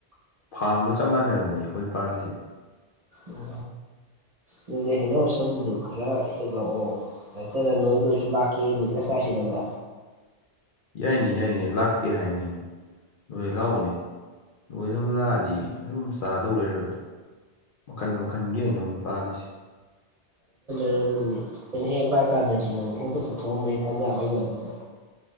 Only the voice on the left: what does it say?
ꯐꯥꯝꯒ ꯆꯞ ꯃꯥꯟꯅꯔꯕꯅꯤ ꯑꯩꯈꯣꯏ ꯄꯥꯜꯂꯤꯁꯤ
ꯌꯥꯏꯅ‌ꯦ ꯌꯥꯏꯅ‌ꯦ ꯂꯥꯛꯇꯦ ꯍꯥꯏꯅꯤꯅꯦ ꯅꯣꯏ ꯂꯥꯛꯎꯅꯦ ꯂꯣꯏꯅꯕꯨ ꯂꯥꯛꯑꯗꯤ ꯑꯗꯨꯝ ꯆꯥꯗꯧ ꯂꯩꯔꯕꯅꯦ ꯃꯈꯟ ꯃꯈꯟꯒꯤ ꯍꯩꯅꯧꯅꯤ ꯄꯥꯜꯂꯤꯁꯤ